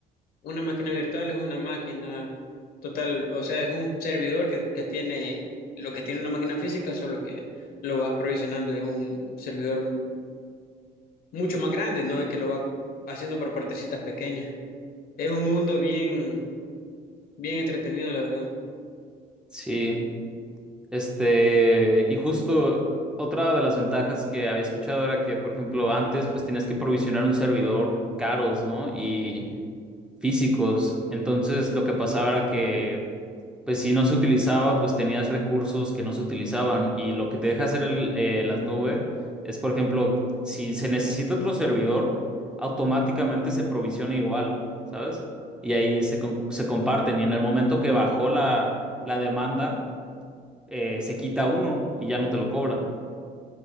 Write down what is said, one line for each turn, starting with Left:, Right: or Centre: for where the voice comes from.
Left: una máquina virtual es una máquina total, o sea, es un servidor que, que tiene lo que tiene una máquina física, solo que lo vas provisionando de un servidor mucho más grande, no es que lo va haciendo por partecitas pequeñas. Es un mundo bien, bien entretenido, la verdad.
Centre: Sí. Este, y justo otra de las ventajas que había escuchado era que, por ejemplo, antes pues tenías que provisionar un servidor caros, ¿no? Y físicos. Entonces lo que pasaba era que, pues si no se utilizaba, pues tenías recursos que no se utilizaban. Y lo que te deja hacer el- eh, las nubes es, por ejemplo, si se necesita otro servidor, automáticamente se provisiona igual, ¿sabes? Y ahí se, con- se comparten. Y en el momento que bajó la, la demanda eh, se quita uno y ya no te lo cobran.